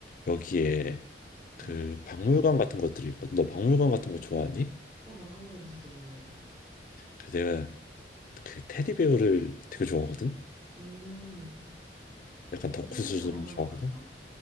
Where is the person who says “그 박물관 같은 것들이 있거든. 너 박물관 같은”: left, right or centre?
Left